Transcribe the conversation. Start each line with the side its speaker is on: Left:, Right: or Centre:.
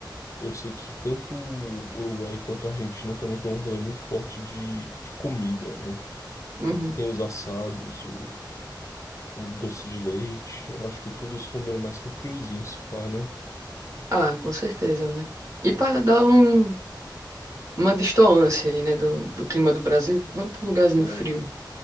Left: Eu sei que tanto o Uruguai quanto a Argentina também tem um rolê muito forte de, de comida, né?
Right: Uhum.
Left: Tem, tem os assados, o, o doce de leite, eu acho que tudo isso combina mais com friozinho, se pá, né?
Right: Ah, com certeza, né? E para dar um, uma distoância aí, né, do, do clima do Brasil, vamos para um lugarzinho
Left: É,
Right: frio,